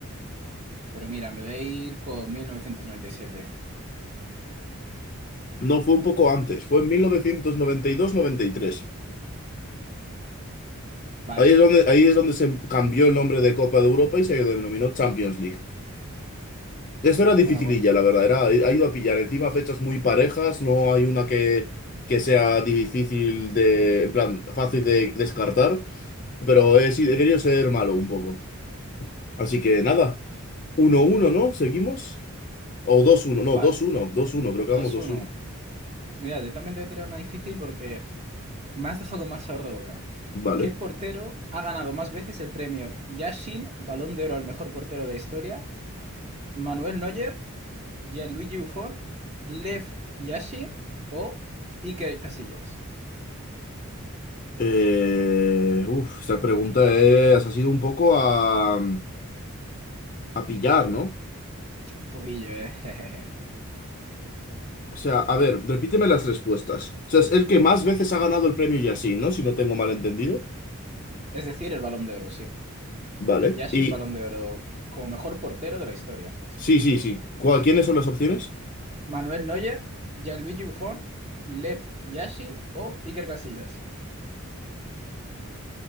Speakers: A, on the right; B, on the left.
A: Pero mira, me voy a ir con 1997.
B: No, fue un poco antes, fue en mil novecientos noventa noventa y dos y tres
A: Vaya.
B: Ahí es donde, ahí es donde se cambió el nombre de Copa de Europa y se denominó Champions League. Eso era dificililla,
A: Bueno, bueno.
B: la verdad, era, ha ido a pillar. Encima fechas muy parejas, no hay una que, que sea difícil de, en plan, fácil de descartar, pero he, sido- he querido ser malo un poco. Así que nada, uno uno no, seguimos o dos uno no
A: Vale.
B: dos uno dos uno creo que
A: Dos
B: vamos dos
A: uno.
B: uno
A: Pues mira, yo también te voy a tirar una difícil porque f, me has dejado con mal sabor de boca.
B: Vale.
A: ¿Qué portero ha ganado más veces el premio Yashin, Balón de Oro al mejor portero de la historia? ¿Manuel Neuer? Gianluigi Buffon, Lev Yashin o Iker Casillas.
B: Eh, uf, esta pregunta es, ha sido un poco a, a pillar, ¿no?
A: Un poquillo, ¿eh? <laughs> Jejeje.
B: O sea, a ver, repíteme las respuestas. O sea, es el que más veces ha ganado el premio y así, ¿no? Si no tengo mal entendido.
A: Es decir, el Balón de Oro, sí.
B: Vale.
A: Yashin,
B: Y
A: Balón de Oro, como mejor portero de la historia.
B: sí, sí, sí. ¿Cuál- ¿Quiénes son las opciones?
A: Manuel Neuer, Gianluigi Buffon, Lev Yashin o Iker Casillas.